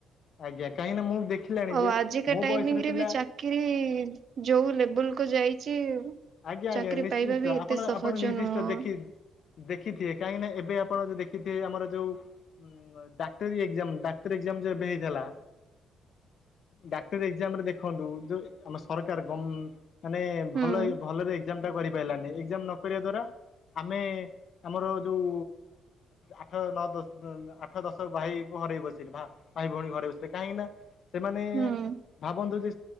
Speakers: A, on the left; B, on the right.
A: ଆଜ୍ଞା କାହିଁକି ନା ମୁଁ ଦେଖିଲାଣି
B: ଆଉ
A: ଯେ
B: ଆଜିକା
A: ମୋ
B: ଟାଇମିଂ
A: ବୟସର
B: ରେ
A: ପିଲା
B: ବି ଚାକିରି ଯୋଉ ଲେବୁଲ କୁ ଯାଇଛି
A: ଆଜ୍ଞା,
B: ଚାକିରି
A: ଆଜ୍ଞା, ନିଶ୍ଚିନ୍ତ
B: ପାଇବା ବି ଏତେ
A: ଆପଣ
B: ସହଜ
A: ଆପଣ ନିର୍ଦ୍ଦିଷ୍ଟ
B: ନୁହଁ।
A: ଦେଖି ଦେଖିଥିବେ କାହିଁକି ନା, ଏବେ ଆପଣ ଯ ଦେଖିଥିବେ ଆମର ଯେଉଁ ଉ‌ ଡାକ୍ତରି ଏକଯାମ‌ ଡାକ୍ତରି ଏକଯାମ, ଯୋଉ ଏବେ ହେଇଥିଲା। ଡାକ୍ତରୀ ଏକଜାମରେ ଦେଖନ୍ତୁ ଯୋଉ ଆମ ସରକାର ଗମ ମାନେ
B: ହୁଁ
A: ଭଲଇ ଏକଜାମ ଟା କରିପାରିଲାନି ଏକଜାମ ନ କରିବା ଦ୍ୱାରା ଆମେ ଆମର ଯୋଉ ଆଠ ନଅ ଦଶ ଆଠ ଦଶ ଭାଇ ଘରେବି ବସିଲୁ ଭା ଭାଇ ଭଉଣୀ ଘରେ ବସିଲ କାହିଁକି ନା ସେମାନେ
B: ହୁଁ
A: ଭାବନ୍ତୁ ଯେ